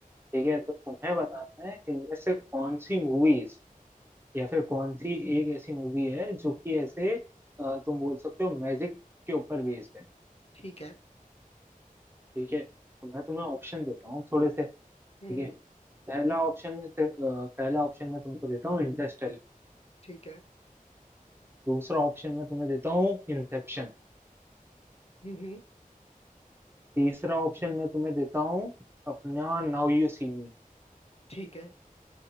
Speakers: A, on the right; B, on the left.
A: ठीक है तो तुम्हें बताना है इनमें से कौन सी मूवीज या फिर कौन सी एक ऐसी मूवी है जो कि ऐसे अ, तुम बोल सकते हो मैजिक के ऊपर बेस्ड है
B: ठीक है
A: ठीक है तो मैं तुम्हें ऑप्शन देता हूँ थोड़े से ठीक
B: हम्म
A: है पहला ऑप्शन में ते- अ, पहला ऑप्शन मैं तुमको देता हूँ इंटरस्टेलर
B: ठीक है
A: दूसरा ऑप्शन मैं तुम्हें देता हूँ इंसेप्शन
B: हम्म
A: तीसरा ऑप्शन मैं तुम्हें देता हूँ अपना नाउ यू सी मी
B: ठीक है